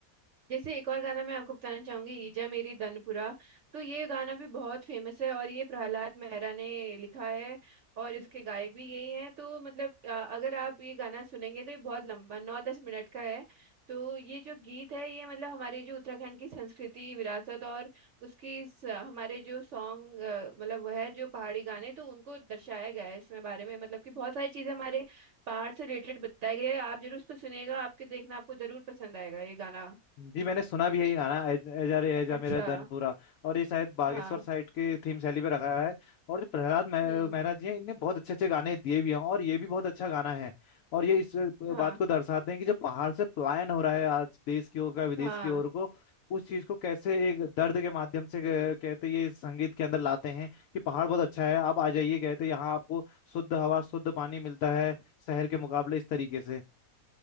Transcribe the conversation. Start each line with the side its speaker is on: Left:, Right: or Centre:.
Right: जैसे एक और गाना मैं आपको बताना चाहूंगी ईजा मेरी दनपुरा तो ये गाना भी बहुत फेमस है और ये प्रहलाद मेहरा ने लिखा है और इसके गायक भी यही हैं तो मतलब अ, अगर आप ये गाना सुनेंगे तो ये बहुत लंबा नौ दस मिनट का है तो ये जो गीत है ये मतलब हमारे जो उत्तराखंड की संस्कृति विरासत और उसकी स, हमारे जो सॉन्ग मतलब वह है जो पहाड़ी गाने तो उनको दर्शाया गया है इसमें बारे में मतलब कि बहुत सारी चीजें हमारे पहाड़ से रिलेटेड बताई गई है आप जरूर इसको सुनिएगा आपके देखना आपको जरूर पसंद आएगा ये गाना
Left: जी मैंने सुना भी है ये गाना एजा रे एजा
Right: अच्छा
Left: मेरा धनपुरा और ये शायद बागेश्वर
Right: हाँ
Left: साइड के थीम शैली पे रखा है और जो प्रहलाद मेह-
Right: हम्म
Left: मेहरा जी हैं इनने बहुत अच्छे अच्छे गाने दिए भी हैं और ये भी बहुत अच्छा गाना है और ये इस
Right: हाँ
Left: बात को दर्शाते हैं कि जब पहाड़ से पलायन हो रहा है आज देश की ओर का विदेश
Right: हाँ
Left: की ओर को उस चीज को कैसे एक दर्द के माध्यम से कह- कहते ये इस संगीत के अंदर लाते हैं कि पहाड़ बहुत अच्छा है आप आ जाइए कहते यहाँ आपको शुद्ध हवा शुद्ध पानी मिलता है शहर के मुकाबले इस तरीके से